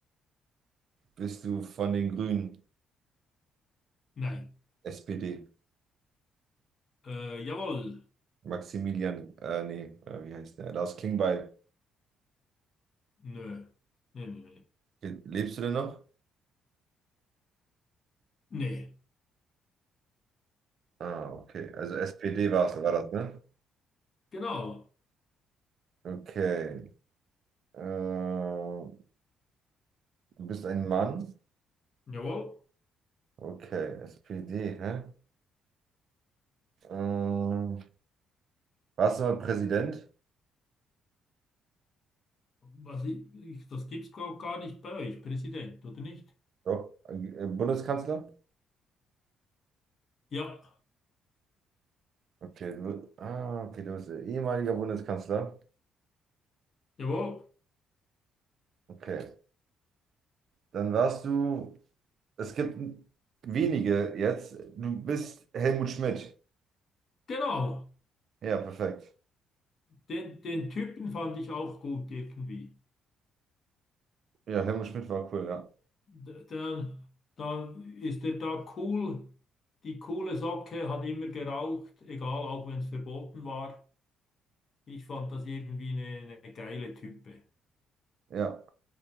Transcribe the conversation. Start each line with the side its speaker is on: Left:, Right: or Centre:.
Right: Bist du von den Grünen?
Left: Nein.
Right: SPD?
Left: Äh, jawohl.
Right: Maximilian, äh, nee, äh, wie heißt der? Lars Klingbeil.
Left: Nö. Nö, nö, nö.
Right: Ge- Lebst du denn noch?
Left: Nee.
Right: Ah, okay. Also SPD war es, war das, ne?
Left: Genau.
Right: Okay. Äh, du bist ein Mann?
Left: Jawohl.
Right: Okay, SPD, hä? Äh, warst du mal Präsident?
Left: Was ich, ich, das gibt's glaub gar nicht bei euch, Präsident, oder nicht?
Right: Doch. Äh, Bundeskanzler?
Left: Ja.
Right: Okay, du, ah, okay, du bist ehemaliger Bundeskanzler.
Left: Jawohl.
Right: Okay, dann warst du, es gibt wenige jetzt, du bist Helmut Schmidt.
Left: Genau.
Right: Ja, perfekt.
Left: Den, den Typen fand ich auch gut irgendwie.
Right: Ja, Helmut Schmidt war cool, ja.
Left: D- Der, da ist er da cool, die coole Socke, hat immer geraucht, egal, auch wenn es verboten war. Ich fand das irgendwie eine, eine geile Type.
Right: Ja,